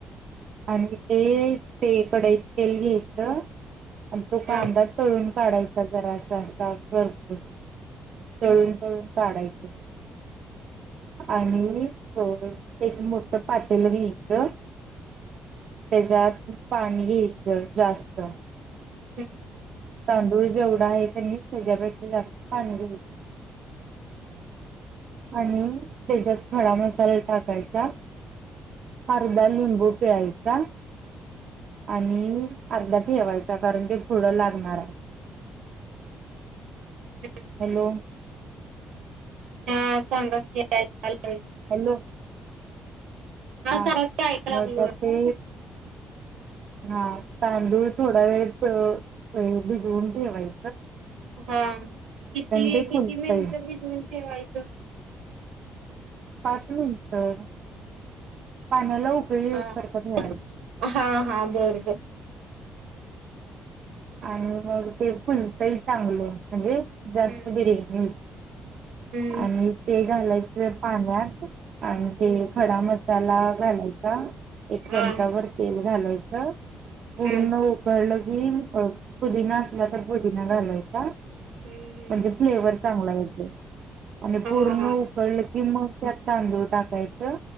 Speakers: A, on the right; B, on the right.
A: आणि ते ते कडाईत तेल घ्यायचं आणि
B: हा
A: तो कांदा तळून काढायचा जरा असा असा खरपोस
B: हम्म
A: तळून तळून काढायचा
B: हम् हम
A: आणि एक मोठ पटेल घ्यायचं त्याच्यात पाणी घ्यायचं जास्त
B: हम्म
A: तांदूळ जेवढा आहे प म त्याच्यापेक्षा जास्त तांदूळ आणि त्याच्यात खडा मसाला टाकायचा अर्धा लिंबू पिळायचा आणि अर्धा ठेवायचा कारण ते पुढं लागणार आहे
B: हम्म
A: हॅलो
B: हा सांग कील
A: हॅलो हा
B: सांगा की ऐकायला
A: म
B: लागलो
A: तर ते हा तांदूळ थोडा वेळ भिजवून ठेवाय
B: हा किती
A: ते
B: किती
A: फुलतय
B: मिनिट भिजवून ठेवायचं
A: पाच मिनटर पाण्याला उकळी यूज
B: हा
A: करत ठेवाय
B: हा हा बरं बर
A: आणि मग ते फुलटंही चांगलं म्हणजे जास्त
B: हम्म
A: बिर्याणी
B: हम्म
A: आणि ते घालायचं पाण्यात आणि ते
B: हम्म
A: खडा मस्त मसाला घालायचा एक
B: हा
A: चमचावर तेल घालायच
B: हम्म
A: पूर्ण उकळलं की पुदिना असला तर पुदिना घालायचा
B: हम्म हम्म
A: म्हणजे फ्लेवर चांगला येते आणि
B: हा
A: पूर्ण
B: हा
A: उकडलं की मग त्यात तांदूळ टाकायचं